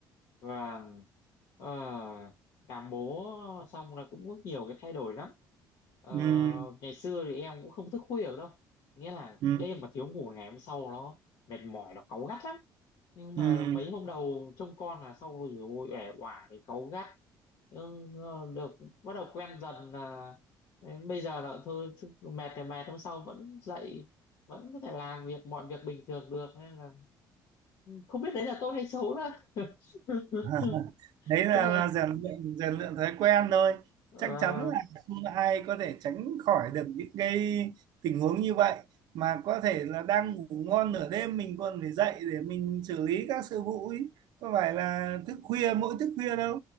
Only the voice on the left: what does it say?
và ờ, làm bố xong là cũng có nhiều cái thay đổi lắm Ờ,
ngày xưa thì em cũng không thức khuya được đâu nghĩa là
đêm mà thiếu ngủ ngày hôm sau nó mệt mỏi nó cáu gắt lắm nhưng mà
mấy hôm đầu trông con là sau rồi ôi ẻ oả thì cáu gắt nhưng ờ, được bắt đầu quen dần là đến bây giờ là thôi chứ mệt thì mệt hôm sau vẫn dậy vẫn có thể làm việc mọi việc bình thường được nên là không biết đấy là tốt hay xấu nữa <laughs>
chắc
là
ờ,